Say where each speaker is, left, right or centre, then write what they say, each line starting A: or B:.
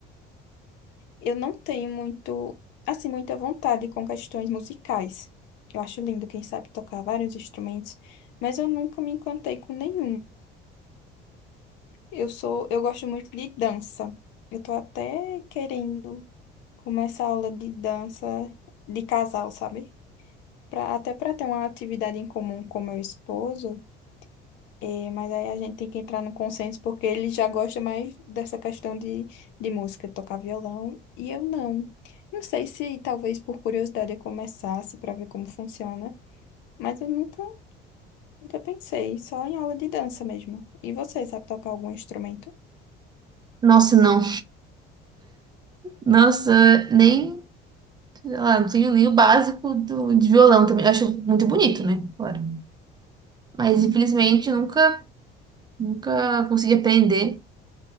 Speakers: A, on the left; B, on the right.
A: eu não tenho muito, assim, muita vontade com questões musicais. Eu acho lindo, quem sabe tocar vários instrumentos, mas eu nunca me encantei com nenhum. Eu sou, eu gosto muito de dança. Eu tô até querendo começar aula de dança de casal, sabe? pra- até para ter uma atividade em comum com meu esposo, é, mas aí a gente tem que entrar no consenso porque ele já gosta mais dessa questão de, de música, de tocar violão, e eu não. Não sei se talvez por curiosidade eu começasse para ver como funciona, mas eu nunca, nunca pensei, só em aula de dança mesmo. E você, sabe tocar algum instrumento?
B: Nossa, não. Nossa, nem, sei lá, não tenho nem o básico do, de violão também. Eu acho muito bonito, né? Claro. Mas infelizmente eu nunca, nunca consegui aprender.